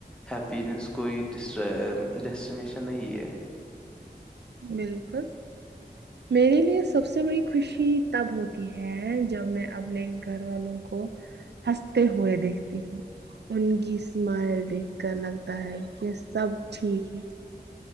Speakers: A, in the centre; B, on the right (about 85°).
A: ہیپینس کوئی ڈیسٹینیشن نہیں ہے
B: بالکل میرے لیے سب سے بڑی خوشی تب ہوتی ہے جب میں اپنے گھر والوں کو ہنستے ہوئے دیکھتی ہوں ان کی اسمائل دیکھ کر لگتا ہے کہ سب ٹھیک ہے